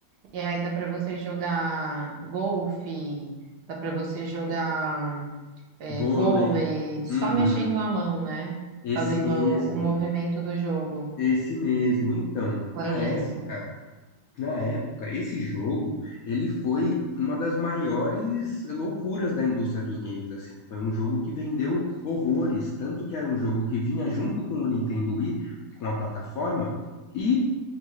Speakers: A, on the right (about 70°); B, on the left (about 70°).
A: e aí dá pra você jogar golfe, dá pra você jogar é,
B: vôlei.
A: vôlei, só
B: Uhum.
A: mexendo a mão, né?
B: Esse
A: Fazendo
B: mesmo.
A: o, o movimento do jogo.
B: Esse mesmo. Então,
A: Conheço.
B: na época, na época, esse jogo, ele foi uma das maiores loucuras da indústria dos games, assim. Foi um jogo que vendeu horrores, tanto que era um jogo que vinha junto com o Nintendo Wii, com a plataforma, e